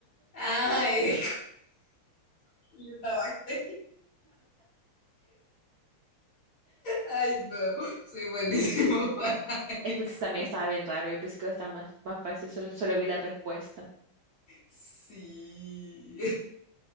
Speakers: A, on the left; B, on the right.
A: Ay, <laughs> una bacteria. Ay, no. Soy malísimo <laughs> para
B: Es
A: esto.
B: porque eso también estaba bien raro. Yo pensé que iba a estar más, más fácil. Solo, solo vi la respuesta.
A: Sí.